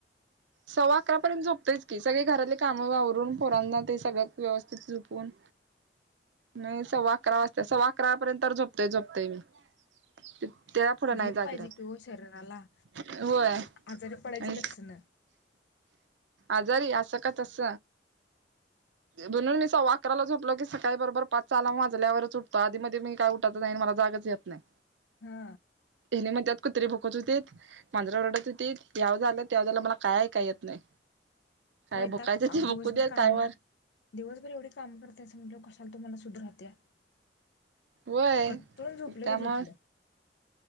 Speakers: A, on the right; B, on the left.
A: सव्वा अकरा पर्यंत झोपतेच की सगळे घरातले कामं वावरून पोरांना ते सगळं व्यवस्थित झोपून
B: <inaudible>
A: नाही सव्वा अकरा वाजता सव्वा अकरा पर्यंत झोपतय झोपतय मी तेच्या पुडं
B: झोप
A: नाही जागि
B: पाहिजे
A: रहात
B: कि ओ शरीराला
A: होय
B: आजारी पडायची
A: आणि
B: लक्षणं.
A: आजारी असं का तस
B: <inaudible>
A: म्हणून मी सववा अकराला झोपलो की सकाळी बरोबर पाचचाला वाजल्यावरच उठतो आधी मध्ये मी काय उठाच नाही मला जाग जागच येत नाही
B: हा
A: हेने मग त्यात कुतरी भोकत होते मांजरा रडत होते याव झालं तेव्हा झालं मला काय ऐकाय येत नाही काय
B: वैताग
A: भुकायचं ते
B: अवो
A: भुकू
B: दिवसभर
A: देत
B: काम
A: काय वर
B: दिवसभर एवढे काम करताय असं म्हटलं कशाला तू मन सुद्धा राहत्या
A: होय
B: कट्टून झोपलं
A: त्यामुळं
B: की झोपलं